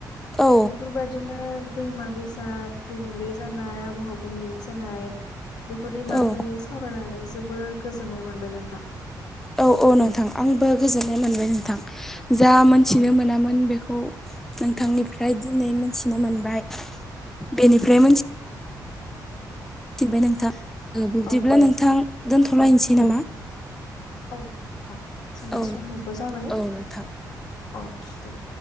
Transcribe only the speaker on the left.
बेफोरबायदिनो दैमा दैसा गुबुंले जानाय आबहावा गुबुंले जानाय बेफोरनि बागै
सावरायनानै जोबोर गोजोननाय मोनबाय नोंथां
औ
औ
औ औ
औ नोंथां जोंना
समाबो जाबाय
औ दे